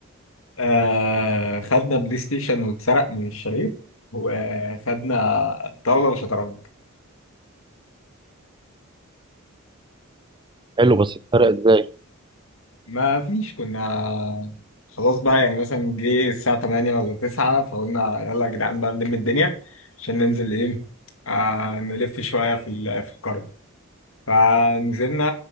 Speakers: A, on the left (about 70°); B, on the right (about 20°).
A: آه خدنا بلاي ستيشن واتسرق من الشاليه وخدنا طاولة وشطرنج
B: حلو بس الفرق إزاي
A: ما فيش كنا خلاص بقى يعني مثلا جه الساعة 8 ولا 9 فقلنا يلا يا جدعان بقى نلم الدنيا عشان ننزل ايه آه نلف شوية في ال- في القرية فنزلنا